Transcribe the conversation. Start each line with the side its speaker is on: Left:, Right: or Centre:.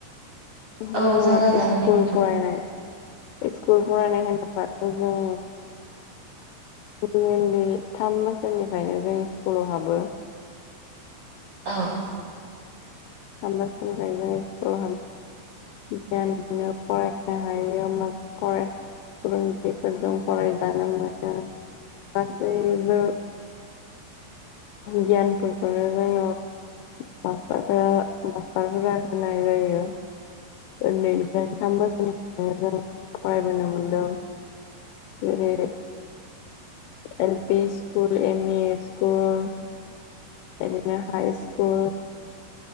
Left: जोङो
Right: औ जागायजागोन
Left: स्कुल
Right: दे नोंथां
Left: फरायनाय स्कुल फरायनाय होनोब्ला जों उन्दै उन्दै थाम बोसोरनिफ्रायनो जों स्कुलावहाबो।
Right: औ
Left: होमबासिमनिफ्रायनो जोङो स्कुलाव हाब गियान मोनो फरायनो हायो होमबासो फराय फोरोंगिरिफोरजों फरायजानो मोनो गासैबो। गियानफोरखौनो जोंनो मासटारफोरा। मास्टारफोरा होनाय जायो उन्दैनिफ्राय थाम बोसोरनि। जों फरायबोनो मोनदों जेरै L P school M E school. बिदिनो हाइ स्कुल